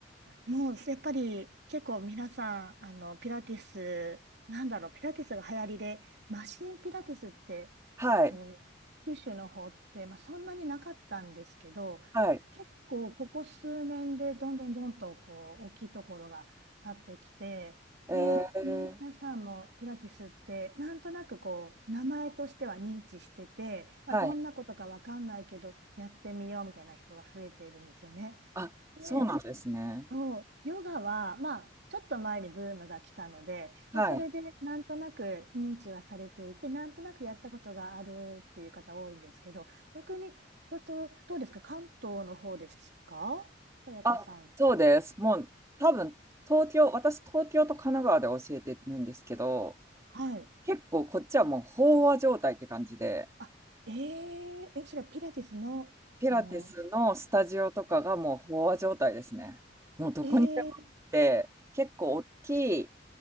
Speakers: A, on the right; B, on the right.
A: もうやっぱり結構皆さん、あの、ピラティス、なんだろう、ピラティスが流行りで、マシンピラティスって、
B: はい。
A: えっと、九州の方って、まあ、そんなになかったんですけど、
B: はい。
A: 結構ここ数年でどんどんどんとこう大きいところが立ってきて、
B: えー、
A: で、皆さんもピラティスってなんとなくこう名前としては認知してて、まあ、
B: はい。
A: どんなことかわかんないけどやってみようみたいな人が増えているんですよね。
B: あ、
A: で
B: そうなんですね。
A: そう、ヨガは、まあ、ちょっと前にブームが来たので、
B: はい。
A: まあ、それでなんとなく認知はされていて、なんとなくやったことがあるっていう方多いんですけど、逆に、あと、どうですか関東の方ですかさやかさん。
B: あ、そうです。もう、多分、東京、私、東京と神奈川で教えてるんですけど、
A: はい。
B: 結構こっちはもう飽和状態って感じで、
A: あ、えー、え、それはピラティスの、
B: ピラティスのスタジオとかがもう飽和状態ですね。
A: その、
B: もうどこにでもあって、
A: えー、
B: 結構大きい、